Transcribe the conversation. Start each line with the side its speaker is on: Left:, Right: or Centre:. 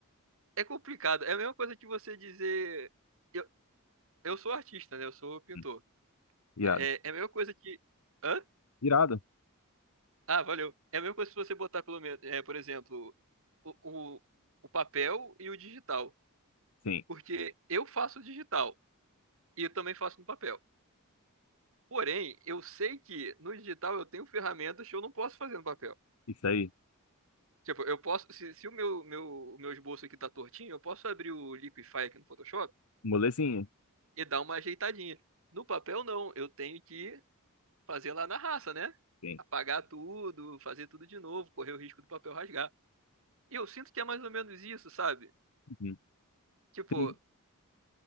Right: é complicado. É a mesma coisa que você dizer. Eu, eu sou artista, né? Eu sou pintor.
Left: uhum. Irado.
Right: É, é é a mesma coisa que. Hã?
Left: Irado?
Right: Ah, valeu. É a mesma coisa se você botar, pelo menos, é, por exemplo, o, o, o papel e o digital.
Left: Sim.
Right: Porque eu faço digital e eu também faço no papel. Porém, eu sei que no digital eu tenho ferramentas que eu não posso fazer no papel.
Left: Isso aí.
Right: Tipo, eu posso. Se, se o meu, meu, o meu esboço aqui tá tortinho, eu posso abrir o Liquify aqui no Photoshop
Left: Molezinha.
Right: e dar uma ajeitadinha. No papel, não. Eu tenho que fazer lá na raça, né?
Left: Sim.
Right: Apagar tudo, fazer tudo de novo, correr o risco do papel rasgar. E eu sinto que é mais ou menos isso, sabe?
Left: Uhum.
Right: Tipo,
Left: Sim.